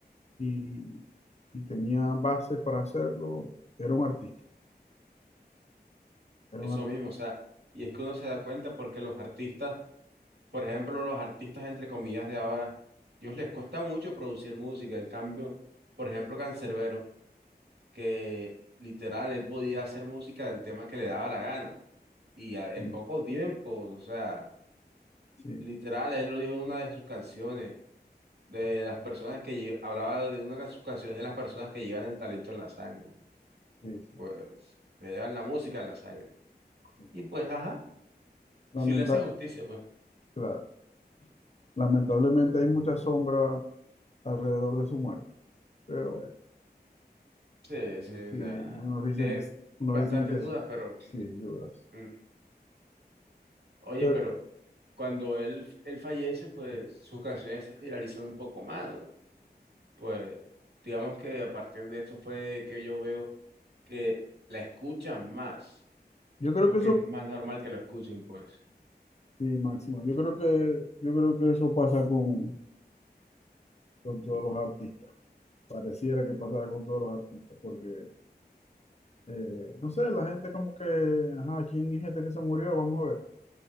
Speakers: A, on the left (about 40°); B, on the right (about 70°).
A: y, y tenía base para hacerlo, era un artista, era
B: Eso
A: un artista.
B: mismo, o sea, y es que uno se da cuenta porque los artistas, por ejemplo, los artistas entre comillas de ahora, ellos les cuesta mucho producir música. En cambio, por ejemplo, Canserbero, que literal él podía hacer música del tema que le daba la gana y a- en
A: Sí,
B: pocos tiempos, o sea,
A: sí,
B: literal él lo dijo en una de sus canciones, de las personas que lle- hablaba de una de sus canciones de las personas que llevan el talento en la sangre,
A: sí, sí,
B: pues que llevan la música en la sangre.
A: sí.
B: Y pues, ajá,
A: Lamenta-
B: sí le hace justicia, pues.
A: claro, lamentablemente hay mucha sombra alrededor de su muerte, pero bueno.
B: Sí, sí, o
A: Sí,
B: sea,
A: unos dicen
B: es
A: que, s- unos
B: bastantes
A: dicen que
B: dudas,
A: sí,
B: pero
A: sí dudas.
B: mm, oye,
A: Pero
B: pero cuando él, él fallece, pues sus canciones se viralizan un poco más. Pues digamos que a partir de eso fue que yo veo que la escuchan más.
A: yo creo
B: Como
A: que
B: que
A: eso,
B: es más normal que lo escuchen, pues.
A: sí, Máximo, yo creo que, yo creo que eso pasa con, con todos los artistas. Pareciera que pasara con todos los artistas, porque, eh, no sé, la gente como que, ajá, ¿quién es este que se murió? Vamos a ver.